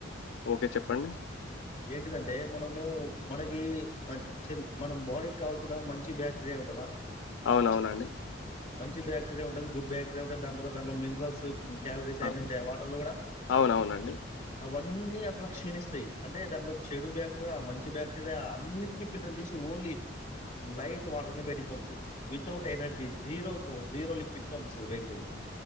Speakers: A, on the left (about 90°); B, on the left (about 35°).
A: ఓకే చెప్పండి
B: ఏంటిదంటే మనము మనకి మ చి మనం బాడీకి కావాల్సిన మంచి బ్యాక్టీరియా ఉంటందా
A: అవునవునండి
B: మంచి బ్యాక్టీరియా ఉంటంది గుడ్ బ్యాక్టీరియా దాని తర్వాత అందులో మినరల్స్ ఈ క్యాలరీస్
A: అవు
B: అన్ని ఉంటాయి వాటర్లు కూడా
A: అవునవునండి
B: అ అన్ని అక్కడ క్షీణిస్తాయి అంటే దానిలో చెడు బ్యాక్టీరియా మంచి బ్యాక్టీరియా అన్నిటిని ఫిల్టర్ చేసి ఓన్లీ లైట్ వాటర్ ని బయటికు పంా వితౌట్ ఎనర్జీ జీరో లిక్విడ్ పంపిస్తుంది బయటికి